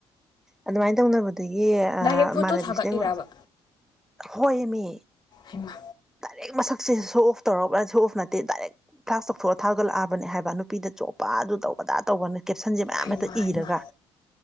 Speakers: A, in the centre; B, on the left.
A: ꯑꯗꯨꯃꯥꯏꯅ ꯇꯧꯅꯕꯗꯒꯤ ꯃꯃꯥꯟꯅꯕꯤꯁꯤ
B: ꯗꯥꯏꯔꯦꯛ ꯐꯣꯇꯣ ꯊꯥꯒꯠꯂꯤꯔꯕ
A: ꯑꯩꯉꯣꯟ ꯍꯣꯏ ꯏ ꯃꯤ
B: ꯍꯃ
A: ꯗꯥꯏꯔꯦꯛ ꯃꯁꯛꯁꯦ ꯁꯣ ꯑꯣꯐ ꯇꯧꯔꯔꯕ ꯁꯣ ꯑꯣꯐ ꯅꯠꯇꯦ ꯗꯥꯏꯔꯦꯛ ꯐ꯭ꯂꯥꯁ ꯇꯧꯊꯣꯛꯑ ꯊꯥꯒꯠꯂꯛꯑꯕꯅꯦ ꯍꯥꯏꯕ ꯅꯨꯄꯤꯗ ꯆꯣꯞꯄ ꯃꯥ ꯑꯗꯨ ꯇꯧ ꯑꯗꯥ ꯇꯧꯕꯅ ꯀꯦꯞꯁꯟꯁꯦ ꯃꯌꯥꯝ
B: ꯍꯩꯃꯥ
A: ꯍꯦꯛꯇ
B: ꯍꯩꯃꯥ
A: ꯏꯔꯒ